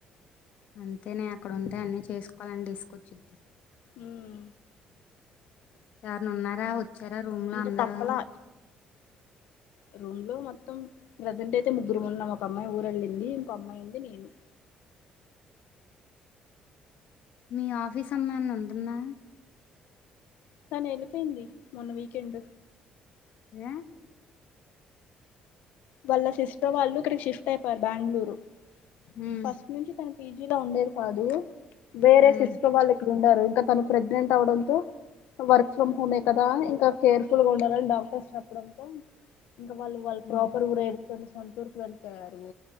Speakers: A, on the left; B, on the left.
A: అంతే నే అక్కడ ఉంటే అన్ని చేసుకోవాలని తీసుకొచ్చిద్ద
B: ఉమ్
A: ఎవరన్న ఉన్నారా వచ్చార రూమ్ లో
B: ఇంకా
A: అందరు
B: తప్పలా రూమ్ లో మొత్తం ప్రెజెంట్ అయితే ముగ్గురు ఉన్నాయ్ ఒక అమ్మాయి ఊరెళ్ళింది ఇంకో అమ్మాయి ఉంది నేను
A: ఉమ్ ఆఫీస్ అమ్మాయిని ఉంటుందా
B: కానీ వెళ్ళిపోయింది మొన్న వీకెండ్
A: ఏ
B: వాళ్ళ సిస్టర్ వాళ్ళు ఇక్కడికి షిఫ్ట్ అయిపోయారు బెంగళూరు
A: హ్మ్
B: ఫస్ట్ నుంచి తను పీజీలో ఉండేది కాదు వేరే
A: హ్మ్
B: సిస్టర్ వాళ్ళు ఇక్కడ ఉండారు ఇంక తను ప్రెగ్నెంట్ అవ్వడంతో వర్క్ ఫ్రమ్ హోమే కదా ఇంకా కేర్ఫుల్ గా ఉండాలని డాక్టర్స్ చెప్పడంతో ఇంకా వాళ్ళు వాళ్ళు
A: హ్మ్
B: ప్రాపర్ ఊర ఎకని సొంతూరుకు వెళ్ళిపోయారు